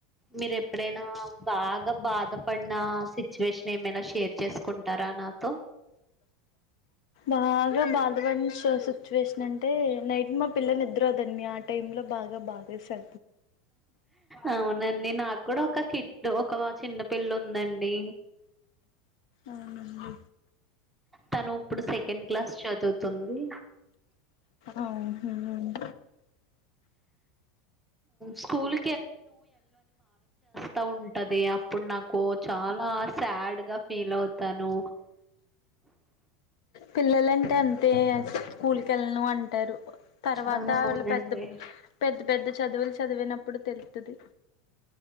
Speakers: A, in the centre; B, on the left.
A: మీర ఎప్పుడైనా బాగా బాధ పన్నా సిచ్ చ్యువేషన్ ఏమైనా షేర్ చేసుకుంటారా నా తో
B: బాగా బాధపన్న సిచ్యువేషన్ అం టే నైట్ మా పిల్ల నిద్రోదండి ఆ టైం లో బాగా బాధేసా
A: అవునండి నాకు కూడా ఒక కి డ్ ఒక చిన్న పిల్ల ఉందండి
B: అవునండి
A: తను ఇప్పుడు సెకండ్ క్లాస్ చదువుత్ తుంది
B: అవును
A: స్కూల్ ట ఉంటది అప్ ప్పుడు నాకు చాలా స్యడ్ గా ఫీల్ అవుతాను
B: పిల్లలంటే అంతే స్కూకి వెళ్ళలను అంటారు తర్వాత
A: ఆ, అవునండి
B: వాళ్ళు పెద్ద పెద్ద పెద్ద చదువులు చదివినప్పుడు తెలుత్తది